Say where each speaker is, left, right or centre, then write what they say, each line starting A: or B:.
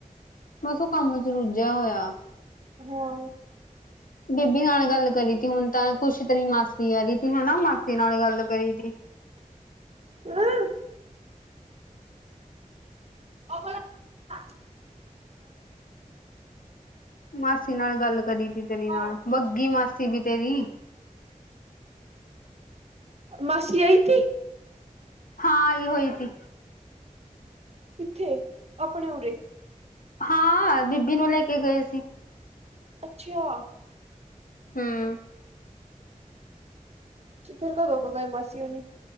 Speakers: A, on the left; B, on the right.
A: ਬਸ ਉਹ ਕੰਮ ਚ ਰੁੱਝਿਆ ਹੋਇਆ
B: ਹਾਂ
A: ਬੀਬੀ ਨਾਲ ਗੱਲ ਕਰੀ ਹੁਣ ਤਾਂ ਕੁਛ ਤੇ ਤੇਰੀ ਮਾਸੀ ਆ ਰਹੀ ਤੀ ਹੈਨਾ ਮਾਸੀ ਨਾਲ ਗੱਲ ਕਰੀ ਤੀ
B: <unintelligible> ਉਹ ਹਾਂ
A: ਮਾਸੀ ਨਾਲ ਗੱਲ ਕਰੀ ਤੀ ਤੇਰੀ
B: ਹਾਂ
A: ਨਾਲ ਬੱਗੀ ਮਾਸੀ ਵੀ ਤੇਰੀ
B: ਮਾਸੀ ਆਈਥੀ
A: ਹਾਂ ਇਹ ਹੋਈ ਤੀ
B: ਕਿੱਥੇ ਆਪਣੇ ਉਰੇ
A: ਹਾਂ ਬੀਬੀ ਨੂੰ ਲੈ ਕੇ ਗਏ ਸੀ
B: ਅੱਛਾ
A: ਹਮ
B: ਚਿੱਥਰ ਕਦੋਂ ਕੋ ਗਏ ਮਾਸੀ ਹੁਣੀ